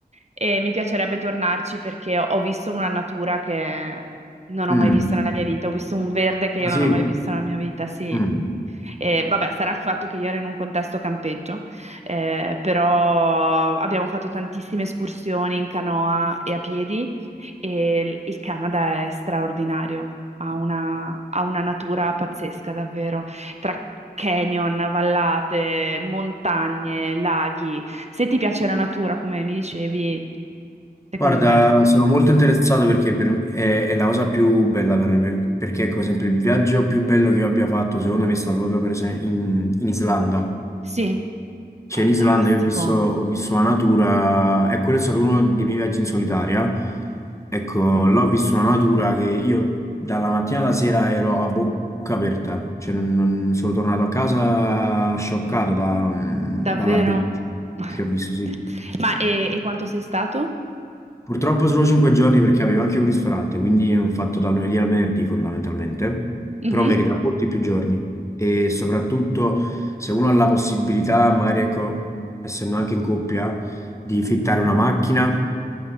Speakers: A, on the right; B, on the left.
A: e mi piacerebbe tornarci perché ho ho visto una natura che non ho
B: mm,
A: mai visto nella mia vita, ho visto un verde che io
B: ah,
A: non
B: sì?
A: ho mai visto nella mia vita, sì.
B: Mm.
A: E vabbè, sarà il fatto che io ero in un contesto campeggio, eh, però abbiamo fatto tantissime escursioni in canoa e a piedi e il il Canada è straordinario, ha una, ha una natura pazzesca davvero, tra canyon, vallate, montagne, laghi. Se ti piace la natura, come mi dicevi, secondo
B: Guarda,
A: me, da visitare.
B: sono molto interessato perché per- è, è la cosa più bella per me, perché ecco, per esempio il viaggio più bello che io abbia fatto, secondo me, è stato proprio per esempio in, in Islanda.
A: Sì,
B: Cioè,
A: fantastico,
B: in Islanda io ho visto, ho visto la natura, e quello è stato uno dei miei viaggi in solitaria. Ecco, là ho visto una natura che io dalla mattina alla sera ero a bocca aperta, cioè non, non- sono tornato a casa scioccato da- dalla
A: davvero.
B: bellezza
A: <laughs>
B: che ho visto, sì.
A: Ma e, e quanto sei stato?
B: Purtroppo solo 5 giorni perché avevo anche un ristorante, quindi ho fatto dal lunedì al venerdì fondamentalmente,
A: Mhm,
B: però merita molti più giorni e soprattutto se uno ha la possibilità, magari ecco, essendo anche in coppia, di fittare una macchina